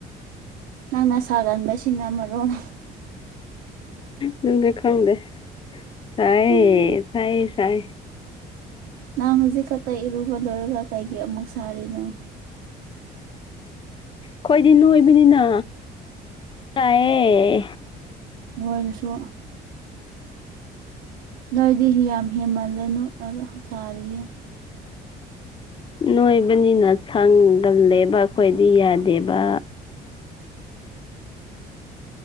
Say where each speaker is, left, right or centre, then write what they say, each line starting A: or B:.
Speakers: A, on the right; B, on the left.
A: ꯅꯪꯅ ꯁꯥꯒꯟꯕꯁꯤꯅ ꯃꯔꯣꯟ
B: ꯅꯪꯅ ꯈꯪꯗꯦ ꯁꯥꯏꯌꯦ
A: ꯎꯝ
B: ꯁꯥꯏꯌꯦ ꯁꯥꯏ
A: ꯅꯪ ꯍꯧꯖꯤꯛꯈꯠꯇ ꯏꯔꯨꯕ ꯂꯣꯏꯔꯒ ꯀꯩꯒꯤ ꯑꯃꯨꯛ ꯁꯥꯔꯤꯅꯣ
B: ꯈꯣꯏꯗꯤ ꯅꯣꯏꯕꯅꯤꯅ ꯆꯥꯏꯌꯦ
A: ꯅꯣꯏꯔꯁꯨ ꯅꯣꯏꯗꯤ ꯍꯤ ꯌꯥꯝ ꯍꯦꯟꯃꯜꯂꯦ ꯅꯣꯛꯑꯒ ꯁꯥꯔꯤꯌꯦ
B: ꯅꯣꯏꯕꯅꯤꯅ ꯁꯪꯒꯜꯂꯦꯕ ꯑꯩꯈꯣꯏꯗꯤ ꯌꯥꯗꯦꯕ